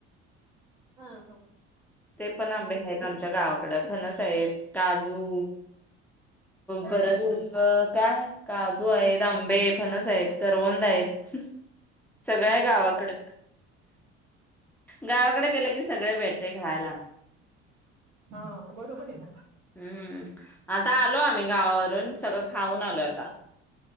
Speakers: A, on the right; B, in the centre.
A: हा हा.
B: ते पण आंबे आहेत आमच्या गावाकड. फणस <unintelligible> काजू,
A: हा
B: परत <unintelligible> काय? काजू आहेत, आंबे, फणस आहेत, करवंद आहेत. सगळ हाय गावाकड. गावाकडे गेल की सगळ भेटतय. खायला.
A: हा, बरोबरे ना.
B: हम्म, आता आलो आम्ही गावावरून सगळं खाऊन आलोय आता.